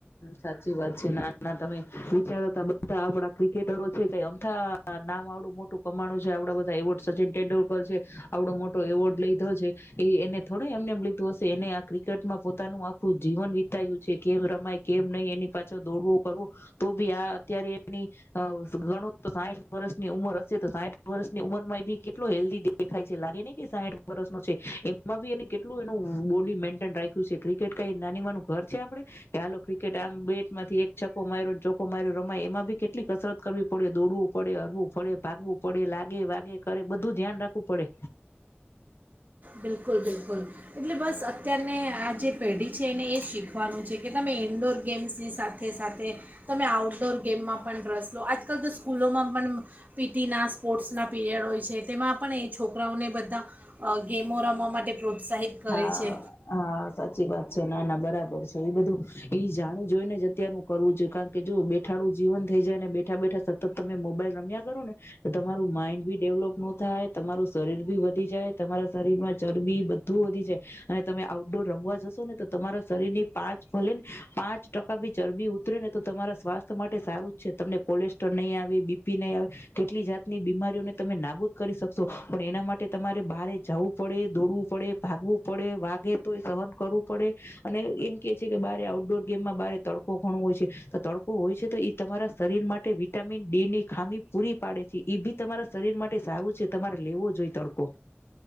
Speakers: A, on the left (about 70°); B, on the right (about 45°).
A: સાચી વાત છે ના ના તમે વિચારોતા બધા આપડા ક્રિકેટરો છે કે અમથા નામ આવડું મોટું કમાણું છે આવડા બધા એવોર્ડ સચિન તેંડુલકર છે આવડો મોટો એવોર્ડ લીધો છે એ એને થોડ એમને એમ લીધું હસે એને આ ક્રિકેટમાં પોતાનું આ ખું જીવન વિતાયું છે કેમ રમાય કેમ નહી એની પાછળ દોડવું કરવું તો ભી આ અત્યારે એની ગણું સાઠ વર્ષની ઉંમર હશે તો સાઠ વર્ષની ઉંમર માં એ ભી કેટલો હેલ્ધી દેખાય છે. લાગે ની કે સાઠ વર્સ નો છે એમાં બી એને કેટલું એનું બોડી મેન્ટેન રાખ્યું છે. ક્રિકેટ કઈ નાની માનું ઘર છે આપડે કે હાલો ક્રિકેટ આમ બેટમાંથી એક છકો માર્યોને ચોકો માર્યો રમાય એમાં બી કેટલીક કસરત કરવી પડે દોડવું પડે, હરવું પડે, ભાગવું પડે, લાગે વાગે કરે બધું ધ્યાન રાખવું પડે.
B: બિલકુલ બિલકુલ એટલે બસ અત્યારને આ જે પેઢી છે એને એ શીખવાનું છે કે તમે ઇન્ડોર ગેમ્સની સાથે સાથે તમે આઉટડોર ગેમમાં પણ રસ લો આજકાલ તો સ્કૂલોમાં પણ પી ટી ના સ્પોર્ટ્સના પીરિયડ હોય છે તેમાં પણ એ છોકરાઓને બધા અ ગેમો રમવા માટે પ્રોત્સાહિત કરે
A: હા
B: છે
A: હા સાચી વાત છે ના ના બરા બર છે એ બધું ઈ જાણીજોઈને જ અત્યારનું કરવું જોઈએ કારણ કે જો બેઠાડું જીવન થઈ જાય ને બેઠા બેઠા સતત તમે મોબાઈલ રમ્યા કરો ને તો તમારું માઈન્ડ ભી ડેવલોપ નો થાય તમારું શરીર બી વધી જાય તમારા શરીરમાં ચરબી બ ધુ વધી જાય અને તમે આઉટડોર રમવા જશો ને તો તમારા શરીર ની પાંચ ભલે ને પાંચ ટકા બી ચરબી ઉતરે ને તો તમારા સ્વાસ્થ્ય માટે સારું જ છે તમને કોલેસ્ટ્રોલ નહીં આવે, બીપી નહીં આવે કેટલી જાતની બીમારીઓને તમે નાબૂદ કરી શકશો પણ એના માટે તમારે બહારે જવું પડે, દોડવું પડે ભાગવું પડે વાગે તોય સહન કરવું પડે અને એમ કેય છે કે બારે આઉટડોર ગેમમાં બારે તડકો ઘણો હોય છે તો તડકો હોય છે તો ઈ તમારા શરીર માટે વિટામિન ડી ની ખામી પૂરી પાડે છે ઈ ભી તમારા શરીર માટે સારું છે તમારે લેવો જોઈએ તડકો